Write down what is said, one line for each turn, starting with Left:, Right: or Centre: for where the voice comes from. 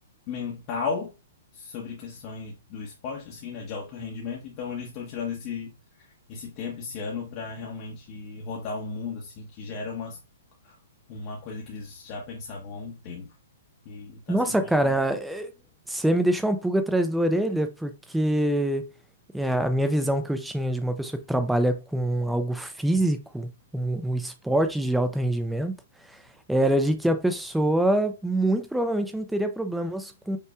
Left: mental sobre questões do esporte assim, né, de alto rendimento. Então eles estão tirando esse esse tempo esse ano para realmente rodar o mundo assim, que já era uma uma coisa que eles já pensavam há um tempo. E tá
Centre: Nossa,
Left: sendo bem
Centre: cara, é, você me deixou uma pulga atrás da orelha porque é, a minha visão que eu tinha de uma pessoa que trabalha com algo físico, um, um esporte de alto rendimento Era de que a pessoa muito provavelmente não teria problemas com